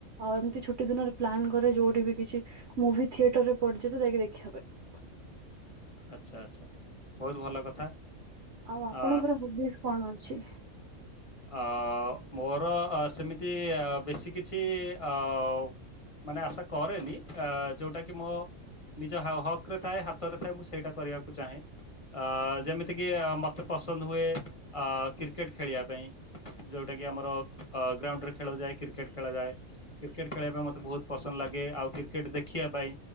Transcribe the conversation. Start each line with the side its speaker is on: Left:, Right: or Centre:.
Right: ଆଉ ଏମିତି ଛୁଟି ଦିନରେ ପ୍ଲାନ୍ କରେ ଯୋଉଠି ବି କିଛି ମୁଭି ଥିଏଟରରେ ପଡିଚି ତ ଯାଇକି ଦେଖିବା ପାଇଁ।
Left: ଆଚ୍ଛା ଆଚ୍ଛା ବୋହୁତ ଭଲ କଥା।
Right: ଆଉ ଆପଣଙ୍କର
Left: ଆ,
Right: ହବିଜ୍ କଣ ଅଛି?
Left: ଆ ଓ ମୋର ସେମିତି ବେଶୀ କିଛି ଆ ଓ ମାନେ ଆଶା କରେନି ଆ ଯୋଉଟା କି ମୋ ନିଜ ହାଓ ହକରେ ଥାଏ ହାତରେ ଥାଏ। ମୁଁ ସେ ସେଇଟା କରିବାକୁ ଚାହେଁ। ଆ ଯେମିତିକି ମତେ ପସନ୍ଦ ହୁଏ। ଆ କ୍ରିକେଟ ଖେଳିବା ପାଇଁ। ଯୋଉଟା କି ଆମର ଗ୍ରାଉଣ୍ଡରେ ଖେଳ ଯାଏ କ୍ରିକେଟ ଖେଳାଯାଏ। କ୍ରିକେଟ୍ ଖେଳିବା ପାଇଁ ମତେ ବୋହୁତ ପସନ୍ଦ ଲାଗେ ଆଉ କ୍ରିକେଟ ଦେଖିବା ପାଇଁ